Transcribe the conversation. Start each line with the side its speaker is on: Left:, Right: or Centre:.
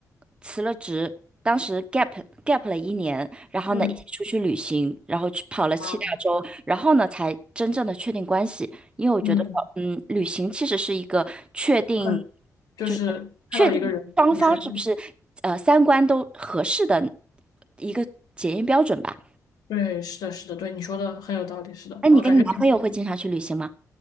Right: 辞了职，当时 gap gap 了一年，然后呢一起出去旅行，
Left: 嗯
Right: 然后去跑了七大洲，
Left: 啊，
Right: 然后呢才真正的确定关系。因为我觉得，
Left: 嗯，
Right: 嗯，旅行其实是一个确定，
Left: 很就是看到一个人很全面，
Right: 就是确定双方是不是呃三观都合适的一个检验标准吧。
Left: 对，是的，是的，对，你说的很有道理，是的，
Right: 那你跟你男朋友会经常去旅行吗？
Left: 我感觉。